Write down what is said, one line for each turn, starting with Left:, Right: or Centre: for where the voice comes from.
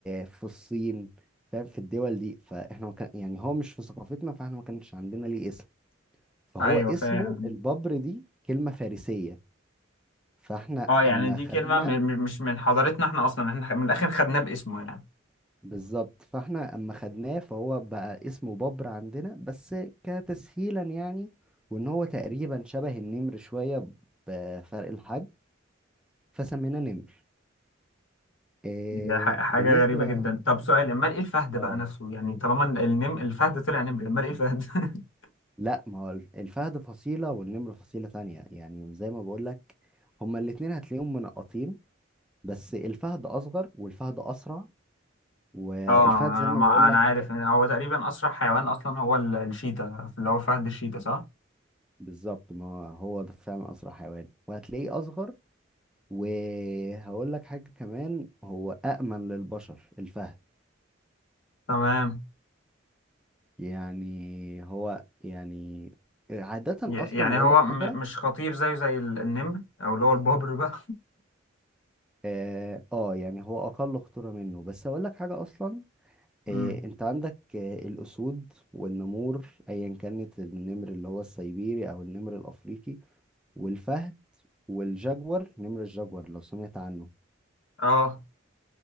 Centre: في الصين فاهم في الدول دي فاحنا ما كان... يعني هو مش في ثقافتنا فاحنا ما كانش عندنا ليه اسم فهو
Left: ايوه
Centre: اسمه
Left: فاهم
Centre: الببر دي كلمة فارسية فاحنا
Left: اه يعني
Centre: اما
Left: دي
Centre: خدنا
Left: كلمة م- م- مش من حضارتنا احنا اصلا احنا خ- من الاخر خدناه باسمه يعني
Centre: بالظبط فاحنا اما خدناه فهو بقى اسمه بابر عندنا بس كتسهيلا يعني وان هو تقريبا شبه النمر شوية بفرق الحجم فسميناه نمر إيه
Left: دي ح- حاجة
Centre: بالنسبة
Left: غريبة جدا طب سؤال امال ايه الفهد
Centre: آه.
Left: بقى نفسه يعني طالما ال- النم الفهد طلع نمر امال ايه الفهد <laughs>
Centre: لا ما هو الفهد فصيلة والنمر فصيلة تانية يعني زي ما بقولك هما الاتنين هتلاقيهم منقطين بس الفهد اصغر والفهد اسرع والفهد
Left: اه
Centre: زي
Left: انا
Centre: ما
Left: مع...
Centre: بقولك
Left: انا عارف إن هو تقريبا اسرع حيوان اصلا هو ال- الشيتا اللي هو فهد الشيتا صح
Centre: بالظبط ما هو ده فعلا اسرع حيوان وهتلاقيه اصغر وهقول لك حاجة كمان هو أأمن للبشر الفهد
Left: تمام
Centre: يعني هو يعني عادة
Left: ي-
Centre: أصلا
Left: يعني
Centre: أقول
Left: هو
Centre: لك حاجة
Left: م... مش خطير زيه زي ال- النمر او اللي هو البابر بقى
Centre: آه, آه يعني هو أقل خطورة منه بس أقول لك حاجة أصلا
Left: مم.
Centre: آه أنت عندك آه الأسود والنمور أيا كانت النمر اللي هو السيبيري أو النمر الأفريقي والفهد والجاجور نمر الجاجور لو سمعت عنه
Left: اه